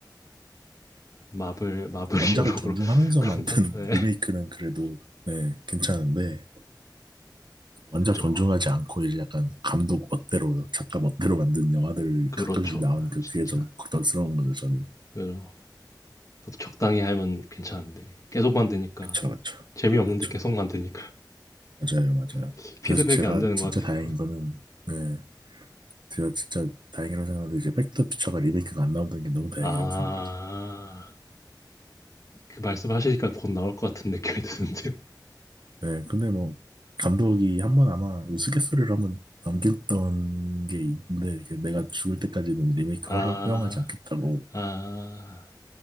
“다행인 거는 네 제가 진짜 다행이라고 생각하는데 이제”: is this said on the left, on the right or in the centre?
Right